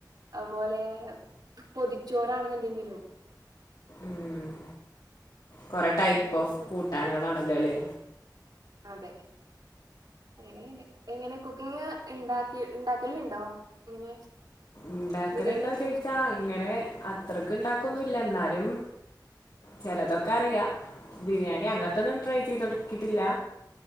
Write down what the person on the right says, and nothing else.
അതുപോലെ പൊതിച്ചോറാണെന്നുണ്ടെങ്കിലും
അങ്ങനെയൊക്കെ
വെച്ച്
അതെ <unintelligible> എങ്ങനെ കുക്കിങ് ഇണ്ടാക്കി ഇണ്ടാക്കലുണ്ടോ ഇങ്ങനെ
ബിരിയാണിയൊക്കെ